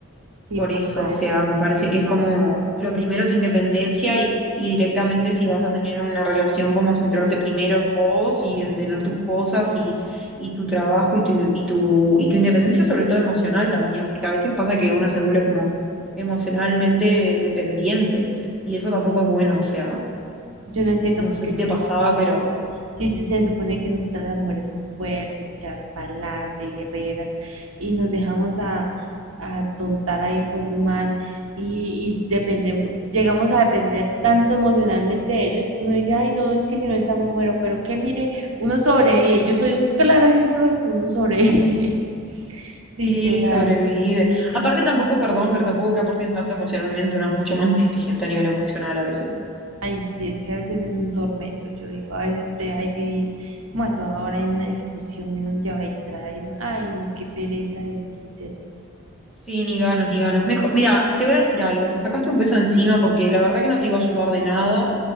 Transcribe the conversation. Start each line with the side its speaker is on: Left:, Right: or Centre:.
Right: Sí,
Centre: por
Right: pues
Centre: eso,
Right: madre.
Centre: o sea, me parece que es como lo primero tu independencia y, y directamente si vas a tener una relación, como centrarte primero en vos y en tener tus cosas y, y tu trabajo y tu, y tu, y tu independencia, sobre todo emocional también, porque a veces pasa que una se vuelve como emocionalmente dependiente y eso tampoco es bueno, o sea,
Right: Yo no entiendo
Centre: no
Right: por
Centre: sé
Right: qué
Centre: si
Right: seremos
Centre: te pasaba,
Right: así.
Centre: pero...
Right: Sí, sí, se supone que nosotras las mujeres somos fuertes, echadas para adelante, guerreras, y nos dejamos a, a tontar ahí por un man y, y dependemos, llegamos a depender tanto emocionalmente de ellos que uno dice, ay, no, es que si no está me muero, pero que mire, uno sobrevive. Yo soy un claro ejemplo de que uno sobrevive, <laughs>
Centre: Sí,
Right: literal.
Centre: sobrevive. Aparte tampoco, perdón, pero tampoco que aporten tanto emocionalmente, uno es mucho más inteligente a nivel emocional a veces.
Right: Ay, sí, es que a veces es un tormento, yo digo, a veces de ahí vivir como a toda hora en una discusión, en un lleva y trae, en- ay, no, qué pereza eso, literal.
Centre: Sí, ni ganas, ni ganas. Mejor, mira, te voy a decir algo, te sacaste un peso de encima porque la verdad que no te iba a ayudar de nada.